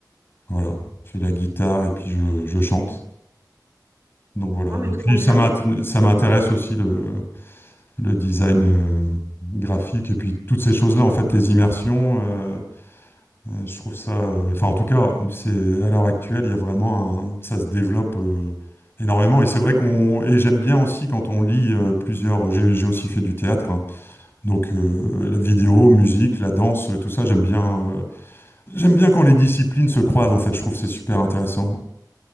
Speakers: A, on the left; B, on the right.
A: voilà. Je fais la guitare et puis je, je chante. Donc voilà.
B: Non mais
A: Et
B: trop
A: puis
B: bien.
A: ça m'int- ça m'intéresse aussi le, le design euh, graphique et puis toutes ces choses-là, en fait, les immersions. euh, Euh, je trouve ça, euh, enfin en tout cas, c'est à l'heure actuelle, il y a vraiment un, ça se développe euh, énormément. Et c'est vrai qu'on, et j'aime bien aussi quand on lit euh, plusieurs. J'ai j'ai aussi fait du théâtre, hein. donc euh, la vidéo, musique, la danse, tout ça, j'aime bien. euh, j'aime bien quand les disciplines se croisent. En fait, je trouve que c'est super intéressant.